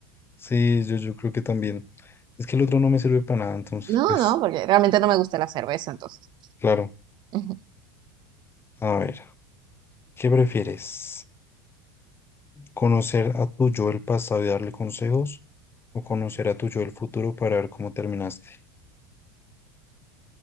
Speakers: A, on the left (about 20°); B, on the right (about 45°).
A: sí, yo, yo creo que también. Es que el otro no me sirve para nada, entonces,
B: No,
A: pues,
B: no, porque realmente no me gusta la cerveza, entonces.
A: claro.
B: Ujú.
A: A ver, ¿qué prefieres? ¿Conocer a tu yo del pasado y darle consejos? ¿O conocer a tu yo del futuro para ver cómo terminaste?